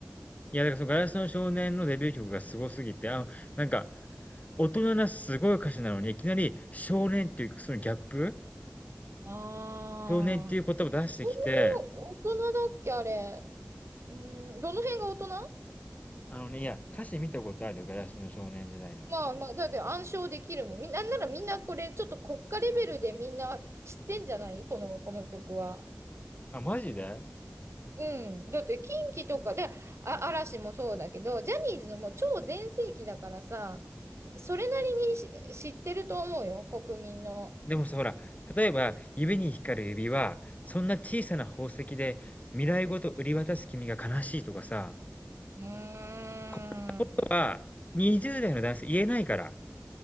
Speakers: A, on the left; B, on the right.
A: いや、だからそのガラスの少年のデビュー曲がすごすぎて、あの、なんか、大人なすごい歌詞なのに、いきなり少年っていうそのギャップ、
B: ああー。
A: 少年っていう言葉を出してきて、
B: そんなに大人だっけ、あれ。うーん、どの辺が大人
A: あのね、いや、歌詞見たことある？ガラスの少年時代の。
B: まあまあ、だって暗唱できるもん。みなんならみんなこれ、ちょっと国家レベルでみんな知ってんじゃないこの、この曲は。
A: あ、マジで？
B: うん。だって、近畿とかで、あ、嵐もそうだけど、ジャニーズのもう超全盛期だからさ、それなりにし知ってると思うよ、国民の。
A: でもさ、ほら、例えば指に光る指輪、そんな小さな宝石で未来ごと売り渡す君が悲しいとかさ、
B: うーん。
A: ここは20代の男性言えないから。